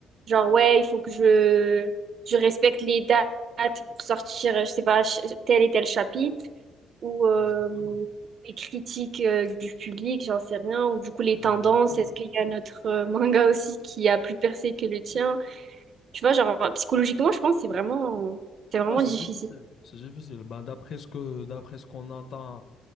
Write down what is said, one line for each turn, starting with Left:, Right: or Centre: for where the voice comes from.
Right: Genre, ouais, il faut que je, je respecte les dates pour sortir, je sais pas, ch- tel et tel chapitre, ou euh,
Left: Exactement.
Right: les critiques euh, du public, j'en sais rien, ou du coup les tendances,
Left: Exactement.
Right: est-ce qu'il y a notre euh, manga aussi qui a plus percé que le tien? Tu vois, genre, psychologiquement, je pense que c'est vraiment, c'est vraiment
Left: Ah, c'est
Right: difficile.
Left: difficile. C'est difficile. Ben, d'après ce que, d'après ce qu'on entend